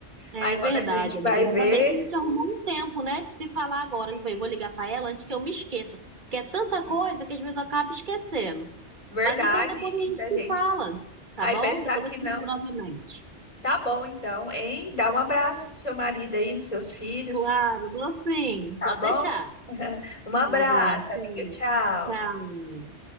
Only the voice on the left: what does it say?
Aí quando
a gente
vai
ver,
Sim,
sim.
verdade,
e
da
gente
aí
Tá. pensar
que
não,
tá bom então, hein? Dá um abraço pro seu marido aí, nos seus filhos,
tá
bom?
<laughs> Um abraço,
amiga.
Tchau.